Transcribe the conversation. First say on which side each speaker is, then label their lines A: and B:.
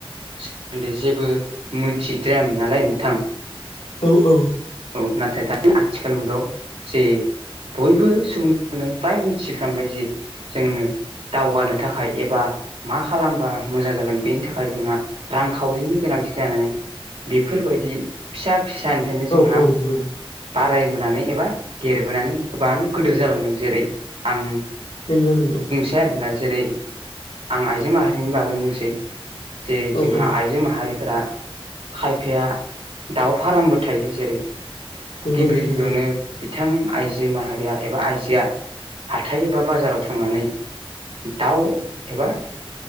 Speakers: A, on the right (about 80°); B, on the left (about 80°).
A: सोमोन्दै जेबो मिथिद्रायामोन नालाय नोंथां।
B: औ औ।
A: औ नाथाय दानि आथिखाल मुगायाव जे। बयबो सुबुंफ्रानो फ्राय मिथिफ्रामबायदि जोंनो। दावगानो थाखाय एबा। मा खालामबा मोजां जागोन बेनि थाखाय जोंहा रांखावरिनि गोनांथि जानानै। बेफोरबायदि फिसा फिसानिफ्रायनो
B: औ
A: जोंहा।
B: औ नंगौ
A: बारायबोनानै एबा देरबोनानै गोबानो गोदोर जालांदों जेरै आं।
B: नंगौ नंगौ।
A: फ आरोना जेरै आं आइजो माहारिनि बागैनो बुंसै। जे
B: औ
A: जोंहा
B: औ
A: आइजो माहारिफोरा खायफाया दाउ। फार्मबो थायो जेरै
B: नंगौ
A: गिबि
B: नोंथां
A: गिबियावनो। बिथां आइजो माहारिया एबा आइजोआ हाथाय एबा बाजाराव थांनानै। दाउ एबा।